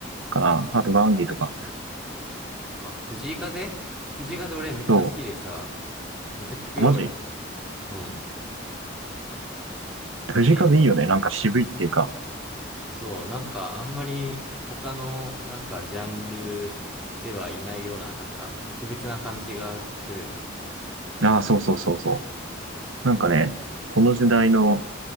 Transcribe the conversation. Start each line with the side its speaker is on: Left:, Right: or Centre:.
Right: かな。あと、バウンディとか。
Centre: あ、藤井風藤井風俺めっちゃ好きでさ、
Right: そ
Centre: めっちゃ聞くよ俺。
Right: う。マジ
Centre: うん。
Right: 藤井風いいよね。
Centre: え、
Right: なんか渋いっていうか。
Centre: そう、なんかあんまり他のなんかジャンルではいないような、なんか特別な感じがするよね。
Right: ああ、そうそうそうそう。なんかね、この時代の